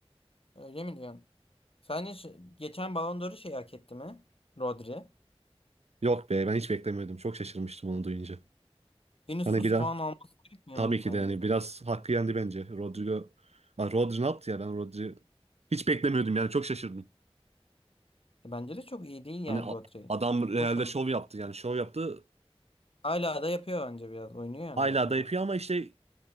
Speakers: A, on the left; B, on the right.
A: Öyle mi diyorsun? Sence ş- geçen Ballon d'Or'u şey hak etti mi? Rodri.
B: Yok be ben hiç beklemiyordum. Çok şaşırmıştım onu duyunca.
A: Vinicius
B: Hani bir an
A: falan alması gerekmiyor
B: Tabii
A: muydu
B: ki
A: sence?
B: de yani biraz hakkı yendi bence. Rodrigo ha, Rodri ne yaptı ya ben Rodri hiç beklemiyordum yani çok şaşırdım.
A: E, bence de çok iyi değil yani
B: Hani a-
A: Rodri.
B: adam Real'de
A: Boş al.
B: şov yaptı yani şov yaptı.
A: Hala da yapıyor bence biraz. Oynuyor yani
B: Hala
A: hala
B: da yapıyor
A: da.
B: ama işte